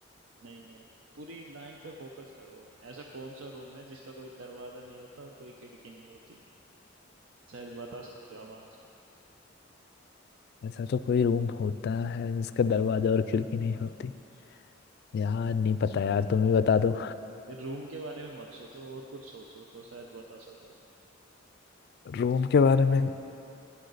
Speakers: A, on the right (about 75°); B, on the left (about 50°).
A: नहीं नहीं पूरी लाइन पे फोकस करो ऐसा कौन सा रूम है जिसका कोई दरवाजा नहीं होता और कोई खिड़की नहीं होती शायद बता सकते हो आप आंसर
B: ऐसा तो कोई रूम होता है जिसका दरवाजा और खिड़की नहीं होती यार नहीं पता यार तुम ही बता दो
A: ये रूम के बारे में मत सोचो और कुछ सोचो तो शायद बता सको
B: रूम के बारे में